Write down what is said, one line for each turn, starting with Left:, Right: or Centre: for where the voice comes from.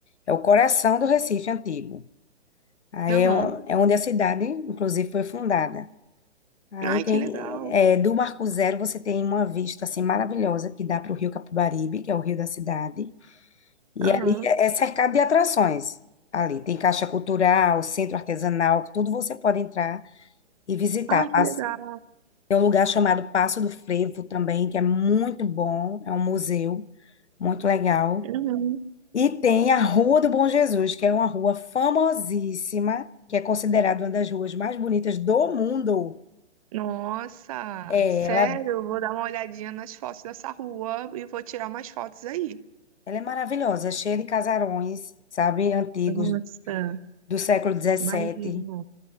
Left: É o coração do Recife antigo. Aí
Right: Aham.
Left: é, o- é onde a cidade, inclusive, foi fundada. Aí
Right: Ai,
Left: tem,
Right: que legal.
Left: é, do Marco Zero você tem uma vista assim maravilhosa que dá para o Rio Capibaribe, que é o rio da cidade, e
Right: Aham.
Left: ali é é cercado de atrações. Ali tem caixa cultural, centro artesanal, tudo você pode entrar e visitar.
Right: Ai,
Left: Pas-
Right: que legal.
Left: Tem um lugar chamado Passo do Frevo também, que é muito bom, é um museu muito legal.
Right: Uhum.
Left: E tem a Rua do Bom Jesus, que é uma rua famosíssima, que é considerada uma das ruas mais bonitas do mundo.
Right: Nossa,
Left: É,
Right: sério,
Left: ela
Right: eu vou dar uma olhadinha nas fotos dessa rua e vou tirar umas fotos aí.
Left: Ela é maravilhosa, é cheia de casarões, sabe, antigos
Right: Nossa,
Left: do século dezessete
Right: imagino.